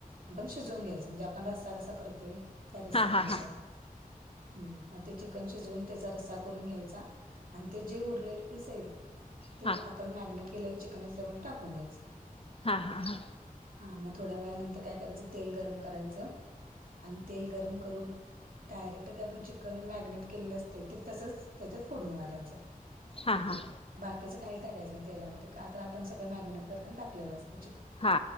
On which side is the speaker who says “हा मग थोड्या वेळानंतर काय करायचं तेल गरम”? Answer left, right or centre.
Right